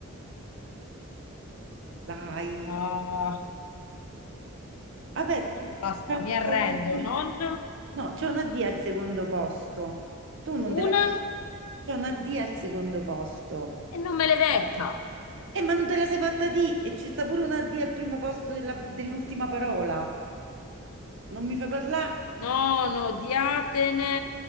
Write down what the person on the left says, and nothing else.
Ah,
basta,
mi arrendo,
non
una
e non me l'hai detta.
Non odiatene,